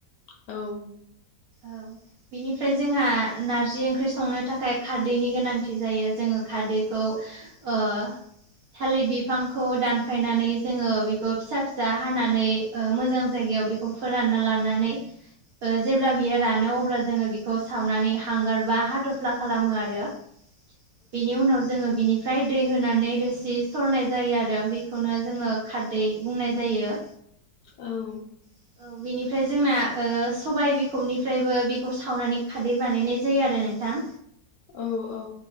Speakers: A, on the left; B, on the right.
A: औ
B: औ बेनिफ्राय जोंहा नारजि ओंख्रि संनो थाखाय खारदैनि गोनांथि जायो जोङो खारदै खौ ओ थालिर बिब खौ दानफायनानै जोङो बिखौ फिसा फिसा हानानै मोजां जायगायाव बे खौ फोरानना लानानै ओ जेब्ला बियो रानो अब्ला जोङो बिखौ सावनानै हांगारबा हाथ'फ्ला खालामो आरो। बेनि उनाव जोङो बिनिफ्राय दै होनानै रोसि सरनाय जायो आरो बेखौनो जोङो खारदै बुंनाय जायो।
A: औ।
B: औ बिनिफ्राय जोंना ओ सबाइ बिखबनिफ्रायबो बेखौ सावनानै खारदै बानायनाय जायो आरो नोंथां।
A: औ औ।